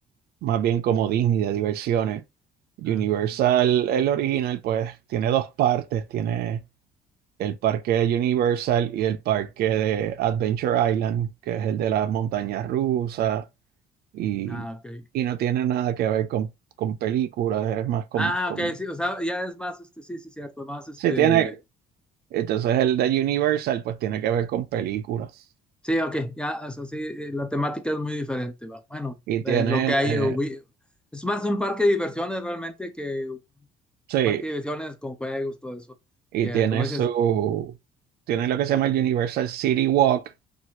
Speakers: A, on the right; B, in the centre.
A: más bien como Disney de diversiones. Universal,
B: ah, ok.
A: el original, pues tiene dos partes. Tiene el parque de Universal y el parque de Adventure Island, que es el de las montañas rusas. Y,
B: Ah, ok.
A: y no tiene nada que ver con, con películas, es más con,
B: Ah,
A: con
B: ok, sí, o sea, ya es más, este, sí, sí, cierto, más, este,
A: Sí, tiene. Entonces el de Universal pues tiene que ver con películas.
B: sí, ok, ya, o sea, sí, eh, la temática es muy diferente, va. Bueno,
A: Y
B: eh,
A: tiene,
B: lo que hay, eh, hubi-
A: eh,
B: es más un parque de diversiones realmente que un
A: sí,
B: parque de diversiones con juegos, todo eso,
A: y
B: que
A: tiene
B: como dices,
A: su, tiene lo que se llama el Universal City Walk,